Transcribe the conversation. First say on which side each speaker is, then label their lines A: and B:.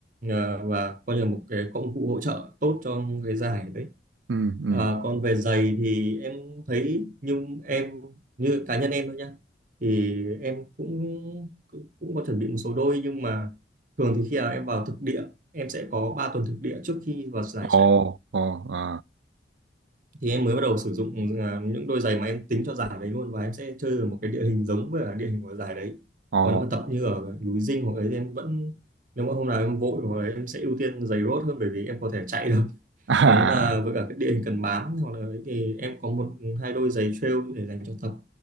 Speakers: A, on the right (about 45°); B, on the right (about 80°).
A: ờ, và coi như là một cái công cụ hỗ trợ tốt cho cái giải đấy
B: ừ ừ
A: Ờ, còn về giày thì em thấy như em như cá nhân em thôi nhá thì em cũng cũng có chuẩn bị một số đôi nhưng mà thường thì khi nào em vào thực địa em sẽ có 3 tuần thực địa trước khi vào giải
B: ồ
A: chạy
B: ồ à
A: thì em mới bắt đầu sử dụng à, những đôi giày mà em tính cho giải đấy luôn và em sẽ chơi ở một cái địa hình giống với cả địa hình của giải đấy
B: ồ
A: còn nếu mà tập như ở núi Dinh hoặc ấy thì em vẫn nếu mà hôm nào em vội hoặc là em sẽ ưu tiên giày road hơn bởi vì em có thể chạy được
B: <laughs> à
A: còn nếu mà với cả cái địa hình cần bám hoặc là ấy thì em có một hai đôi giày trail để dành cho tập